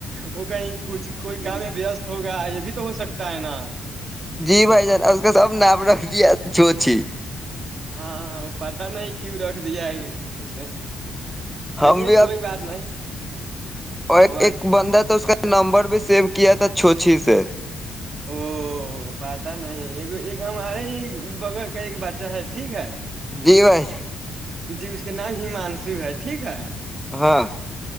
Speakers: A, on the right; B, in the centre.
A: وہ کہیں کچھ کوئی کام میں وست ہوگا یہ بھی تو ہو سکتا ہے نا
B: جی بھائی جان اس کا سب نامپ رکھ دیا چو اچھی
A: ہاں پتا نہیں کیوں رکھ دیا ہے اسے چلیے
B: ہم بھی اب
A: کوئی بات نہیں
B: اور
A: وہ آج
B: ایک بندہ تو اس کا نمبر بھی سیو کیا تھا چھوچھی سے
A: او پتا نہیں ایک ہمارے ہی بغل کا ایک بچہ ہے ٹھیک ہے
B: دییو ہے
A: جی اس کے نام ہممانشو ہے ٹھیک ہے
B: ہاں